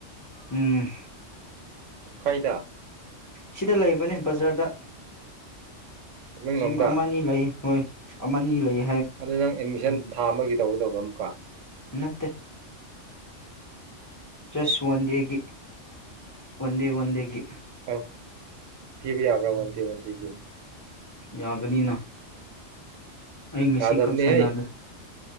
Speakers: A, on the left (about 20°); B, on the right (about 80°).
A: ꯎꯝ
B: ꯈꯣꯏꯗ
A: ꯁꯤꯗ ꯂꯩꯕꯅꯦ ꯕꯖꯥꯔꯗ
B: ꯇꯃꯦꯡꯂꯣꯡꯗ
A: ꯖꯤꯝ ꯑꯃꯅꯤ ꯂꯩ ꯍꯣꯏ ꯑꯃꯅꯤ ꯂꯩꯌꯦ
B: ꯑꯗꯨ ꯅꯪ ꯑꯦꯗꯃꯤꯁꯟ ꯊꯥ ꯑꯃꯒꯤ ꯇꯧꯗꯕ ꯑꯃ ꯀ
A: ꯃ ꯆꯁ ꯋꯥꯗꯦꯒꯤ ꯑꯣꯗꯦ ꯋꯥꯟꯦꯒꯤ
B: ꯑ ꯄꯕꯤ ꯌꯥꯝ꯭ꯔ ꯋꯥꯟꯗꯤ ꯟꯗꯤꯒꯤ
A: ꯌꯥꯒꯅꯤꯅ ꯑꯩ ꯉꯁꯤ
B: ꯌꯥꯗꯕꯅꯦ
A: ꯈꯛ ꯁꯥꯟꯅꯒꯦ
B: ꯍꯥꯏ